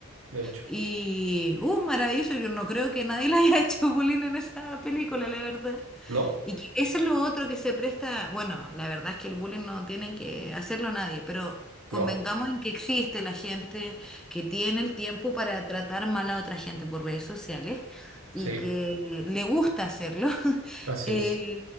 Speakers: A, on the right (about 65°); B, in the centre.
A: de hecho.
B: Y, uh, maravilloso, yo no creo que nadie le haya <laughs> hecho bullying en esa película, la verdad.
A: No,
B: Y que eso es lo otro que se presta, bueno, la verdad es que el bullying no tiene que hacerlo nadie, pero convengamos
A: no,
B: en que existe la gente que tiene el tiempo para tratar mal a otra gente por redes sociales
A: sí,
B: y que le gusta hacerlo. <laughs>
A: así
B: Eh,
A: es.